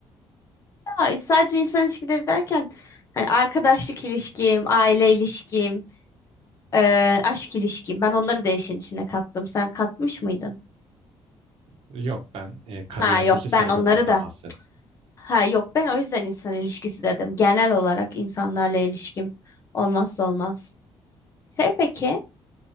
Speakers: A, on the left; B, on the right.
A: Ya, sadece insan ilişkileri derken hani arkadaşlık ilişkim, aile ilişkim, e, aşk ilişkim. Ben onları da işin içine kattım. Sen katmış mıydın?
B: Yok ben e, kariyerdeki
A: Ha yok
B: saygınlıktan
A: ben onları da.
B: bahsettim.
A: Ha yok ben o yüzden insan ilişkisi dedim. Genel olarak insanlarla ilişkim olmazsa olmaz. Şey peki